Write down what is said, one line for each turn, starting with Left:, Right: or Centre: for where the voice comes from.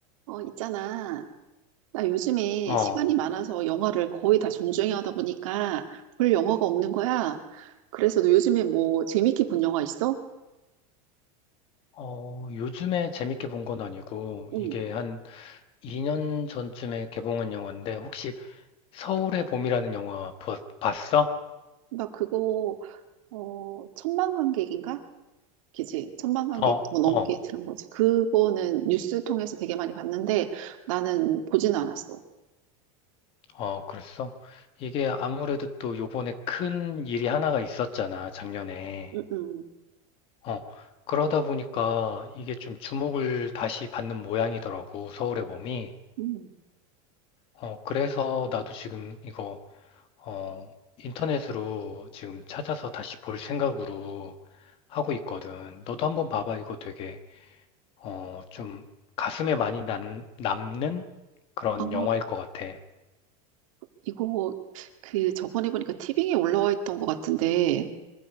Right: 어, 있잖아. 나 요즘에
Left: 어,
Right: 시간이 많아서 영화를 거의 다 정주행 하다 보니까 볼 영화가 없는 거야. 그래서 너 요즘에 뭐 재밌게 본 영화 있어?
Left: 어, 요즘에 재밌게 본 건 아니고,
Right: 응.
Left: 이게 한 2년 전쯤에 개봉한 영화인데, 혹시 서울의 봄이라는 영화 보- 봤어?
Right: 나 그거, 어, 천만관객인가? 그지? 천만관객
Left: 어,
Right: 더 넘게
Left: 어,
Right: 들은 거지. 그거는 뉴스 통해서 되게 많이 봤는데 나는 보진 않았어.
Left: 어, 그랬어? 이게 아무래도 또 요번에 큰 일이 하나가 있었잖아, 작년에.
Right: 응, 응,
Left: 어, 그러다 보니까 이게 좀 주목을 다시 받는 모양이더라고, 서울의 봄이.
Right: 응.
Left: 어, 그래서 나도 지금 이거, 어, 인터넷으로 지금 찾아서 다시 볼 생각으로 하고 있거든. 너도 한번 봐봐. 이거 되게 어, 좀 가슴에 많이 남, 남는 그런
Right: 아,
Left: 영화일 것 같아.
Right: 이거 그 저번에 보니까 티빙에 올라와 있던 것 같은데